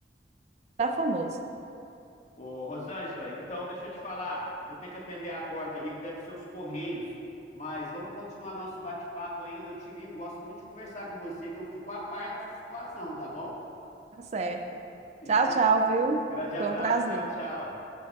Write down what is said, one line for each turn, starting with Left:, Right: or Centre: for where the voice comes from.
Right: tá famoso,
Left: Ô, Rosângela, então deixa eu te falar. Vou ter que atender a porta ali, que deve ser os Correios. Mas vamos continuar nosso bate-papo ainda. Eu te ligo. Gosto muito de conversar com você, que eu fico a par dessa situação, tá bom?
Right: tá certo.
Left: Então,
Right: Tchau, tchau, viu?
Left: grande abraço.
Right: Foi um prazer.
Left: Tchau, tchau.